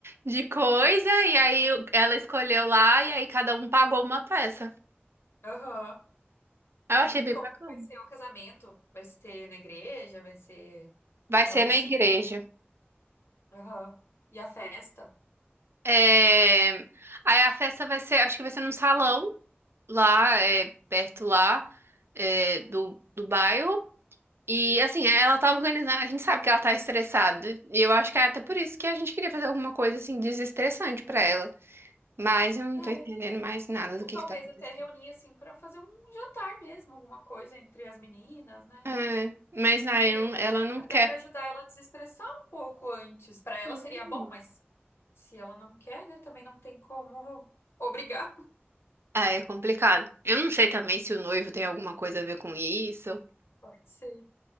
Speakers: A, on the right (about 70°); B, on the left (about 75°).
A: de coisa, e aí ela escolheu lá, e aí cada um pagou uma peça.
B: Aham.
A: Aí Eu achei
B: E
A: bem
B: como
A: bacana.
B: que vai ser o casamento? Vai ser na igreja? Vai ser
A: Vai
B: em
A: ser
B: algum
A: na
B: sítio?
A: igreja.
B: Aham. E a festa?
A: É, Aí a festa vai ser, acho que vai ser num salão lá, é, perto lá, é, do, do bairro. E assim, ela tá organizando, a gente sabe que ela tá estressada. E eu acho que é até
B: Sim.
A: por isso que a gente queria fazer alguma coisa assim desestressante pra ela. Mas eu não
B: É.
A: tô entendendo mais nada
B: Ou
A: do que
B: talvez
A: que tá acontecendo.
B: até reunir, assim, pra fazer um jantar mesmo, alguma coisa entre as meninas, né?
A: É, mas aí
B: Seria
A: não-
B: legal.
A: ela não
B: Até
A: quer.
B: pra ajudar ela a desestressar um pouco antes. Pra ela
A: Sim.
B: seria bom, mas se ela não quer, né? Também não tem como obrigar. <laughs>
A: Ah, é complicado. Eu não sei também se o noivo tem alguma coisa a ver com isso.
B: Pode ser.